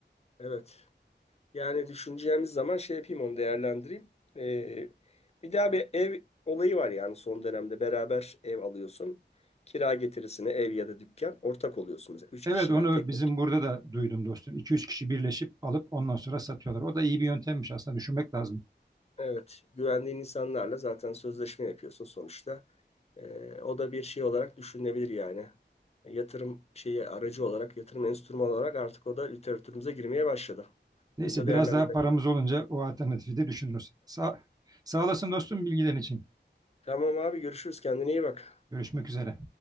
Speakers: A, on the left (about 35°); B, on the right (about 20°).
A: Evet. Yani düşüneceğimiz zaman şey yapayım onu değerlendireyim. Ee, bir daha bir ev olayı var yani son dönemde beraber ev alıyorsun. Kira getirisine ev ya da dükkan ortak oluyorsunuz. Üç
B: Evet
A: kişi
B: onu
A: yani tek
B: bizim burada da duydum dostum. 2 üç kişi birleşip alıp ondan sonra satıyorlar. O da iyi bir yöntemmiş aslında düşünmek lazım.
A: Evet, güvendiğin insanlarla zaten sözleşme yapıyorsun sonuçta. Ee, o da bir şey olarak düşünülebilir yani. E, Yatırım şeyi aracı olarak, yatırım enstrümanı olarak artık o da literatürümüze girmeye başladı.
B: Neyse
A: Bunu da
B: biraz
A: değerlendirelim.
B: daha paramız olunca o alternatifi de düşünürüz. Sağ, sağ olasın dostum bilgilerin için.
A: Tamam abi görüşürüz. Kendine iyi bak.
B: Görüşmek üzere.